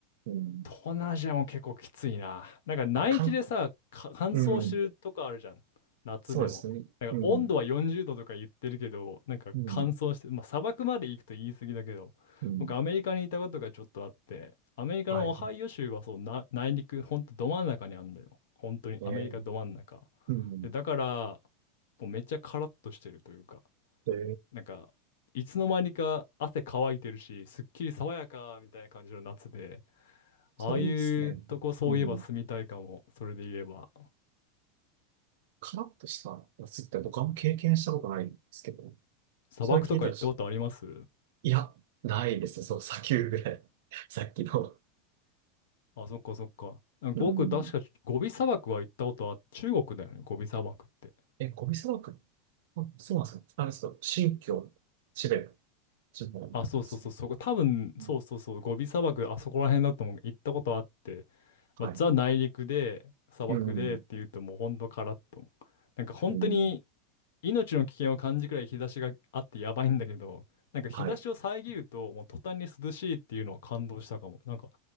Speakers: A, on the right; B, on the left.
A: うん。
B: 東南アジアも結構きついな。なんか内地でさ、
A: まあ、かん、
B: か乾燥してるとこあるじゃん。
A: うん。
B: 夏でも。
A: そうですね。
B: なんか温度は40度とか言ってるけど、
A: うん。
B: なんか乾燥して、
A: うん。
B: まあ砂漠まで行くと言い過ぎだけど、
A: うん。
B: 僕アメリカにいたことがちょっとあって、アメリカのオハイオ州はそう、
A: はい。
B: な、内陸、ほんとど真ん中にあんのよ。本当にアメリカど真ん中。
A: えー、うん。
B: で、だから、もうめっちゃカラッとしてるというか、
A: で、
B: なんか、いつの間にか汗乾いてるし、すっきり爽やかみたいな感じの夏で、
A: それいいですね。
B: ああいうとこそういえば住みたいかも。
A: うん。
B: それで言えば。
A: カラッとした夏って僕はあんま経験したことないんですけど、
B: 砂漠とか行ったことあります
A: それ聞いたらちょっいや、ないですね。そう、砂丘ぐらい。<laughs> さっきの。
B: あ、そっかそっか。
A: うん。
B: ごく確かゴビ砂漠は行ったことは中国だよね。ゴビ砂漠って。
A: え、ゴビ砂漠あ、そうなんですか。あれです新疆、チベット、地方になりますね。
B: あ、そうそうそう、そこ、多分、
A: うん
B: そうそうそう、ゴビ砂漠、あそこら辺だと思う。行ったことあって、
A: はい。
B: まあ、ザ内陸で、砂漠でっていうともうほんとカラッと。
A: うん。
B: なんか本当に
A: うん。
B: 命の危険を感じくらい日差しがあってやばいんだけど、なんか日差しを遮ると、
A: はい。
B: もう途端に涼しいっていうのは感動したかも。なんか、